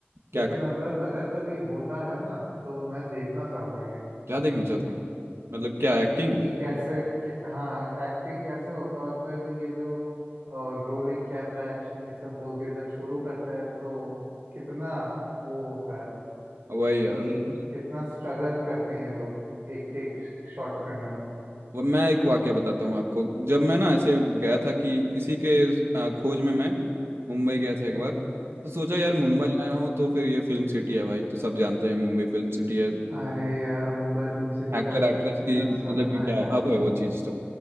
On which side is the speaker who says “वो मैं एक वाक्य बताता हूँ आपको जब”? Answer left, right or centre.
Right